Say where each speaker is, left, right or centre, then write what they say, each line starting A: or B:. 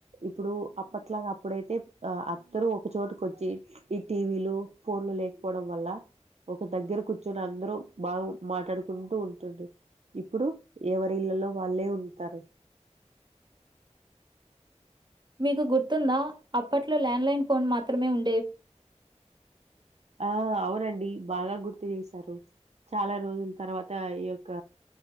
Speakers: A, on the right (about 65°); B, on the right (about 40°).
A: ఇప్పుడు అప్పట్లాగ అప్పుడైతే ఆ అందరు ఒకచోటకు వచ్చి ఈ టీవీలు ఫోన్లు లేకపోవడం వల్ల ఒక దగ్గర కూర్చుని అందరూ బాగు మాట్లాడుకుంటూ ఉంటుంటి ఇప్పుడు ఎవరి ఇళ్లలో వాళ్ళే ఉంటారు
B: మీకు గుర్తుందా అప్పట్లో ల్యాండ్లైన్ ఫోన్ మాత్రమే ఉం
A: ఆ అ నండి బాగా గుర్తు చేశారు చాలా రోజుల తర్వాత ఈ యొక్క